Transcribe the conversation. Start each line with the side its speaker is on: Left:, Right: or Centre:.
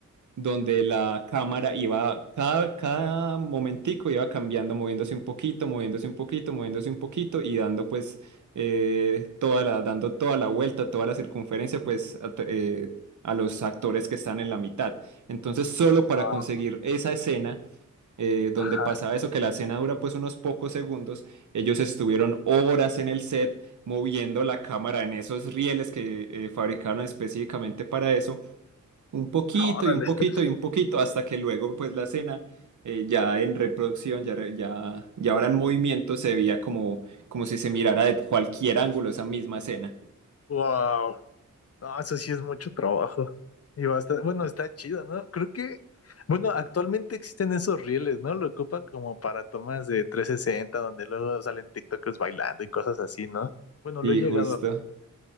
Right: donde la cámara iba, cada, cada momentico iba cambiando, moviéndose un poquito, moviéndose un poquito, moviéndose un poquito y dando pues eh, toda la, dando toda la vuelta, toda la circunferencia pues a, t- eh, a los actores que están en la mitad. Entonces solo para
Left: Wow.
Right: conseguir esa escena eh, donde
Left: Ajá.
Right: pasaba eso, que la escena dura pues unos pocos segundos, ellos estuvieron horas en el set moviendo la cámara en esos rieles que eh, fabricaron específicamente para eso un poquito
Left: Órale.
Right: y un poquito
Left: <laughs>
Right: y un poquito hasta que luego pues la escena eh, ya en reproducción, ya, re- ya, ya ahora en movimiento se veía como, como si se mirara de cualquier ángulo esa misma escena.
Left: Wow. No, eso sí es mucho trabajo. Y bastante, bueno, está chido, ¿no? Creo que, bueno, actualmente existen esos rieles, ¿no? Lo ocupan como para tomas de 360 donde luego salen TikTokers bailando y cosas así, ¿no? Bueno,
Right: Y
Left: lo he llegado
Right: justo.
Left: a...